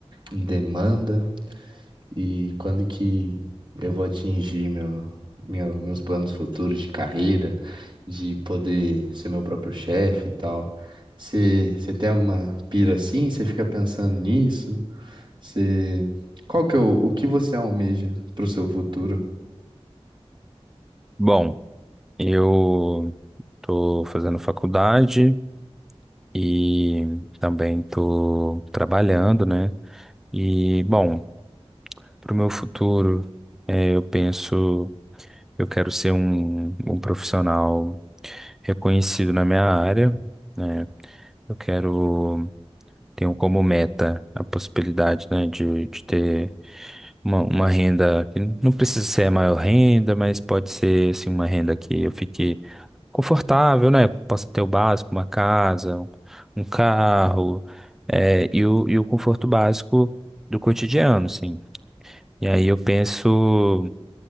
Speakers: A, on the right (about 50°); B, in the centre.
A: em demanda. E quando que eu vou atingir meu, meu- meus planos futuros de carreira, de poder ser meu próprio chefe e tal? Você tem alguma pira assim? Você fica pensando nisso? Você, qual que é o, o que você almeja pro seu futuro?
B: Bom, eu tô fazendo faculdade e também tô trabalhando, né? E, bom, pro meu futuro, eh, eu penso, eu quero ser um, um profissional reconhecido na minha área, né? Eu quero, tenho como meta a possibilidade, né, de, de ter uma, uma renda que não precisa ser a maior renda, mas pode ser assim uma renda que eu fique confortável, né? Posso ter o básico, uma casa, um um carro, é, e o, e o conforto básico do cotidiano, assim. E aí eu penso,